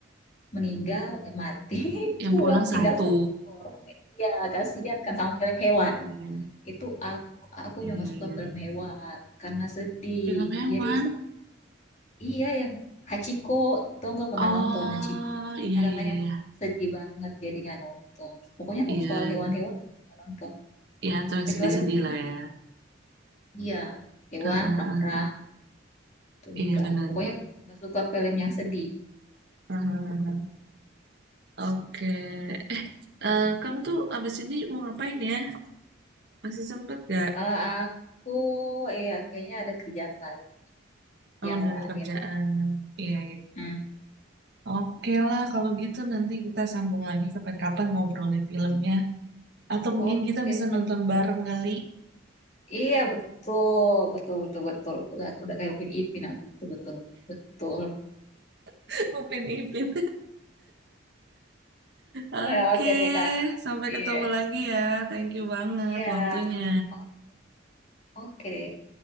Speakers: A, on the left; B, on the right.
A: meninggal, eh, mati, <laughs>
B: Yang
A: pulang
B: pulang satu.
A: tinggal satu orang. Ya, kasihan kan sama film
B: <laughs>
A: hewan.
B: Iya iya iya
A: Itu aku aku
B: iya.
A: juga gak suka
B: iya.
A: film hewan karena sedih.
B: Film hewan.
A: Jadi Iya, yang Hachiko itu nggak pernah
B: Oh,
A: nonton Hachiko.
B: iya
A: Nah, katanya
B: iya iya.
A: sedih banget dia nggak nonton. Pokoknya
B: Iya,
A: tuh soal hewan-hewan aku nggak nonton.
B: iya atau yang
A: Kecuali
B: sedih-sedih
A: mungkin
B: lah ya.
A: iya hewan
B: Ah, ah,
A: perang-perang
B: ah.
A: itu
B: Iya
A: enggak.
B: benar.
A: Pokoknya nggak suka film yang sedih.
B: Ah, ah, ah. Oke. Eh, eh, kamu tuh abis ini mau ngapain ya? Masih sempet gak?
A: Eh, aku ya kayaknya ada kerjaan lagi
B: Oh,
A: yang
B: udah
A: lain.
B: ada kerjaan. Iya, iya.
A: Hmm.
B: Oke lah, kalau gitu nanti kita sambung lagi kapan-kapan ngobrolin filmnya. Atau mungkin
A: Oke
B: kita bisa
A: siap
B: nonton
A: siap
B: bareng
A: Kak.
B: kali.
A: Iya betul betul betul betul. Betul. Aku udah kayak Upin Ipin aku betul betul betul.
B: <laughs> Upin Ipin. Oke,
A: Eh, oke deh Kak.
B: sampai
A: Iya.
B: ketemu lagi ya. Thank you banget
A: Iya.
B: waktunya.
A: Oke. Oke,